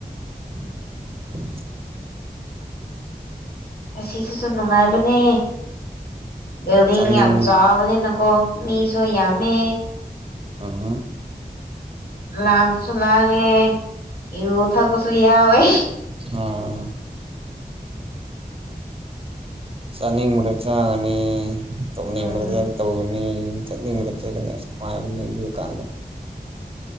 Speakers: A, on the right; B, on the left.
A: <inaudible>
B: ꯑꯁꯤꯁꯤꯁꯨ ꯅꯨꯡꯉꯥꯏꯕꯅꯦ ꯕꯤꯜꯗꯤꯡ
A: ꯆꯥꯅꯤꯡ
B: ꯌꯥꯝ ꯆꯥꯕꯅꯤꯅꯀꯣ ꯃꯤꯁꯨ ꯌꯥꯝꯃꯦ
A: ꯑꯝ ꯍꯨꯝ
B: ꯂꯥꯡꯁꯨ ꯂꯥꯡꯉꯦ ꯌꯨ ꯊꯛꯄꯁꯨ ꯌꯥꯎꯋꯦ
A: ꯑꯣ ꯆꯥꯅꯤꯡꯕꯗꯥ ꯆꯥꯒꯥꯅꯤ ꯇꯧꯅꯤꯡꯕꯗ
B: ꯎꯝ
A: ꯇꯧꯒꯅꯤ ꯆꯠꯅꯤꯡꯕꯗ ꯆꯠꯒꯅꯤ ꯅꯨꯡꯉꯥꯏꯕꯅꯦ ꯑꯗꯨ ꯀꯥꯟꯗ